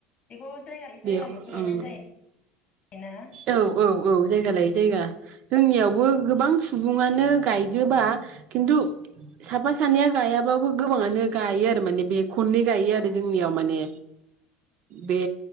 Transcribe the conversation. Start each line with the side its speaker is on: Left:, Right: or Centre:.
Left: बेखौ जायगा लायै जायगाल'सो
Right: बेयाव
Left: गायनाय
Right: ओम
Left: जायो ना?
Right: औ औ औ जायगा लायै जायगा जोंनियावबो गोबां सुबुङानो गायजोबा खिन्थु साफा सानैया गायाबाबो गोबाङानो गायो आरो माने बे खननै गायो
Left: औ
Right: आरो जोंनियाव माने बे